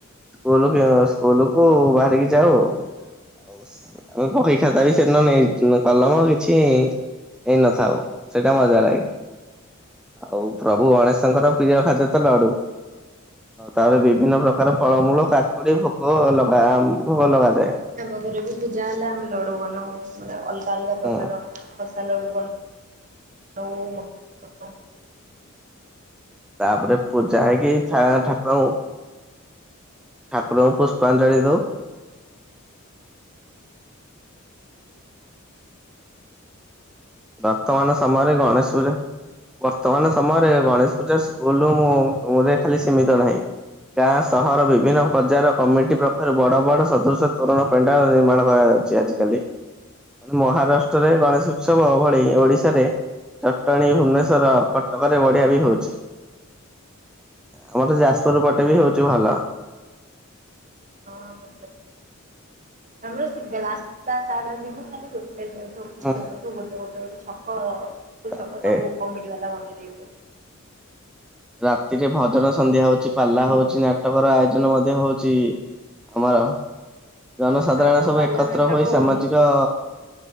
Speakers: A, in the centre; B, on the right.
A: ସ୍କୁଲ ସ୍କୁଲକୁୁ ବାହାରିକି ଯାଉ। ଆମେ ବହି ଖାତା ବି ସେଦିନ ନେଇ କଲମ କିଛି ନେଇ ନ ଥାଉ ସେଇଟା ମଜା ଲାଗେ। ଆଉ ପ୍ରଭୁ ଗଣେଶଙ୍କର ପ୍ରିୟ ଖାଦ୍ୟ ତ ଲଡୁ। ତାପରେ ବିଭିନ୍ନ ପ୍ରକାର ଫଳମୂଳ କାକୁଡି ଭୋଗ ଲଗା ଭୋଗ ଲଗା
B: ଆମ ଘରେ ବି ପୂଜା ହେଲା ଆମେ ଲଡୁ ବନାଉ ମାନେ ଅଲଗା ଅଲଗା
A: ହୁଁ
B: ପ୍ରକାର ଖସା ଲଡୁ ବନଉ ମୋଦକ
A: ତାପରେ ପୂଜା ହେଇକି
B: ତ
A: ଠା ଠାକୁରଙ୍କୁ ଠାକୁରଙ୍କୁ ପୁଷ୍ପାଞ୍ଜଳି ଦେଉ। ବର୍ତ୍ତମାନ ସମୟରେ ଗଣେଶ ପୂଜା। ବର୍ତ୍ତମାନ ସମୟରେ ଗଣେଶ ପୂଜା ସ୍କୁଲ ମୁଁ ଖାଲି ସୀମିତ ନାହିଁ। ଗାଁ ସହର ବିଭିନ୍ନ ପର୍ଯ୍ୟାୟର କମିଟି ପକ୍ଷରୁ ବଡ ବଡ ସଦୃଶ୍ୟ ତୋରଣ ପେଣ୍ଡାଲ ନିର୍ମାଣ କରାଯାଏ । ଆଜି ଆଜିକାଲି ମହାରାଷ୍ଟ୍ରରେ ଗଣେଶ ଉତ୍ସବ ଭଳି ଓଡିଶାରେ ଜଟଣୀ ଭୁବନେଶ୍ୱର କଟକରେ ବଢିଆ ବି ହଉଛି। ଆମର ତ ଯାଜପୁର ପଟେ ବି ହଉଛି ଭଲ।
B: ହଁ ମ ଆମର ସେ ଗଲାସ୍ତା ସାା ଯିବୁ ଖାଲି ଗ ାଉ
A: ହୁଁ
B: ଛକ ଯୁ ଗୋଟେ ଗୋଟେ ଗୋଟେ ଛକ କୁ
A: ତାପରେ
B: ଛକ ସବୁ କମିଟି ବାଲା ବନେଇଦ
A: ରାତିରେ ଭଜନ ସନ୍ଧ୍ୟା ହଉଛି ପାଲା ହଉଛିି ନାଟକ ର ଆୟୋଜନ ମଧ୍ୟ ହଉଛି ଆମର ଜନସାଧାରଣ
B: ଆଉ
A: ସବୁ
B: ପାଲା
A: ଏକତ୍ର
B: ନାଟକ
A: ହୋଇ ସାମାଜିକ
B: ହଉନି।